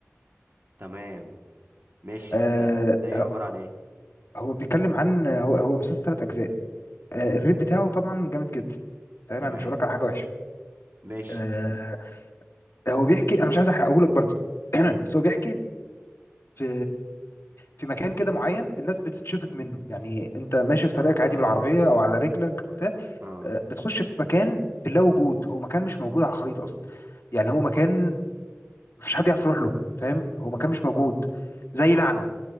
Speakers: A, on the right; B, on the left.
A: تمام مش
B: امم
A: ده ده ايه عبارة عن ايه
B: هو بيتكلم عن هو هو مسلسل ثلاث اجزاء آه،
A: امم
B: الريت بتاعه طبعا جامد جدا فاهم
A: تمام
B: انا مش هقول لك على حاجه وحشه
A: مش
B: آه، هو بيحكي انا مش عايز احرقه لك برضه <clears throat> بس هو بيحكي في في مكان كده معين الناس بتتشفط منه يعني انت ماشي في طريقك
A: اه
B: عادي
A: اه
B: بالعربيه او على رجلك أو بتاع
A: اه
B: آه، بتخش في مكان في اللا وجود هو مكان مش موجود على الخريطه اصلا يعني هو مكان مفيش حد يعرف يروح له فاهم هو مكان مش موجود زي لعنه